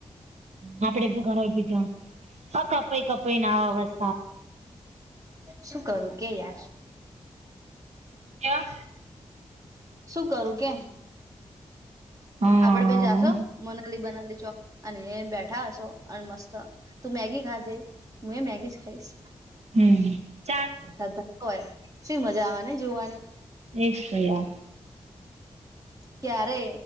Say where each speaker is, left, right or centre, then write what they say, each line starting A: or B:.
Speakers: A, on the right; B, on the right.
A: આપડે ઘણોય પીધો હ કપાઈ કપાઈ ના આવે અવાસ
B: શું કરું કે યાર?
A: ક્યા?
B: શું કરું કે?
A: હા
B: આપડે બે જાશો મનાલી બનાલી ચોક અને એ બેઠા હશો અને મસ્ત તું મેગી ખાજે હું એ મેગી જ ખાઈશ.
A: હમ ચાર
B: <inaudible> હોય શું મજાવા જોવાની.
A: એ જ તો યાર
B: ક્યારે